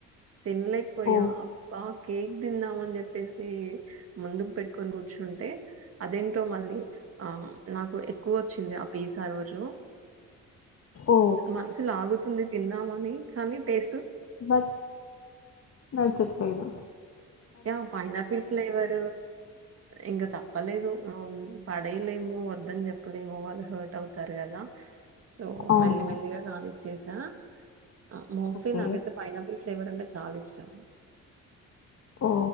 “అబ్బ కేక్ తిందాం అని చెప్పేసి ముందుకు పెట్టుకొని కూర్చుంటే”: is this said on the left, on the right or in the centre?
Right